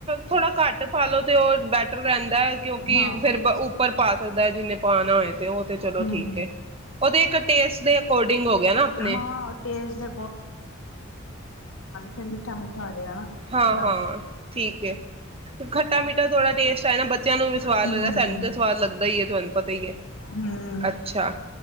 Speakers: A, on the right; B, on the left.
A: ਥੋੜਾ ਘੱਟ ਪਾਲੋ ਤੇ ਉਹ ਬੈਟਰ ਰਹਿੰਦਾ ਹੈ ਕਿਉਂਕਿ
B: ਹਾਂ
A: ਫਿਰ ਉਪਰ ਪਾ ਸਕਦਾ ਜਿੰਨੇ ਪਾ ਨਾ ਹੋਏ ਤੇ ਉਹ ਤੇ ਚਲੋ
B: ਹੂੰ
A: ਠੀਕ ਹੈ ਉਹ ਤੇ ਇੱਕ ਟੇਸਟ ਦੇ ਅਕੋਰਡਿੰਗ ਹੋ ਗਿਆ ਨਾ ਆਪਣੇ
B: ਹਾਂ ਟੇਸਟ ਦੇ ਫੇਰ ਮਿੱਠਾ ਮਿੱਠਾ ਹੋ ਜੇ
A: ਹਾਂ-ਹਾਂ
B: ਗਾਾ
A: ਠੀਕ ਹੈ ਖੱਟਾ ਮੀਠਾ ਥੋੜਾ ਟੇਸਟ ਹੈ ਨਾ ਬੱਚਿਆਂ ਨੂੰ ਵੀ ਸਵਾਦ
B: ਹੂੰ
A: ਲੱਗਦਾ ਸਾਨੂੰ ਤੇ ਸਵਾਦ ਲੱਗਦਾ ਹੀ ਹੈ ਤੁਹਾਨੂੰ ਪਤਾ ਹੀ ਹੈ
B: ਹੂੰ
A: ਅੱਛਾ